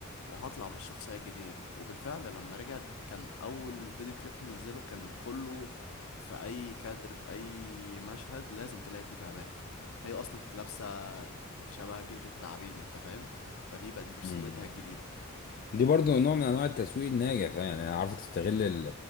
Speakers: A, on the left; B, on the left.
A: وهطلع بالشخصية الجديدة دي وبالفعل لما رجع كان أول فيديو كليب تنزله كان كله في أي كادر في أي مشهد لازم تلاقي فيه تعبان هي أصلا كانت لابسة شبه جلد التعابين أنت فاهم فدي بقت برسونتها
B: أمم.
A: الجديدة
B: دي برضو نوع من انواع التسويق الناجح فاهم؟ يعني عارفة تستغل ال-